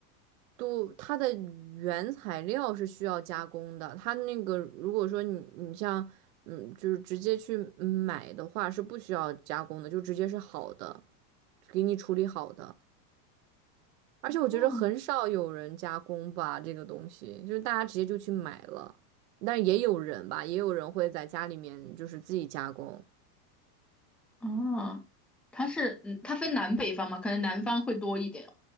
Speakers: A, on the right (about 60°); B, in the centre.
A: 都它的原材料是需要加工的，它那个如果说你你像嗯，就是直接去嗯买的话是不需要加工的，就直接是好的，给你处理好的。而且我觉得很少有人加工吧，
B: 哦
A: 这个东西就是大家直接就去买了，但也有人吧，也有人会在家里面就是自己加工。
B: 哦，它是嗯，它分南北方嘛？可能南方会多一点。